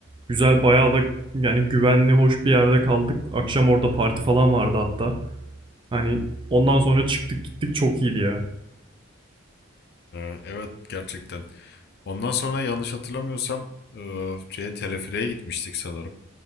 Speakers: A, on the right; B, on the left.
A: güzel bayağı da yani güvenli hoş bir yerde kaldık. Akşam orada parti falan vardı hatta. Hani ondan sonra çıktık gittik çok iyiydi ya.
B: Ee, Evet gerçekten. Ondan sonra yanlış hatırlamıyorsam e, şeye telefireye gitmiştik sanırım.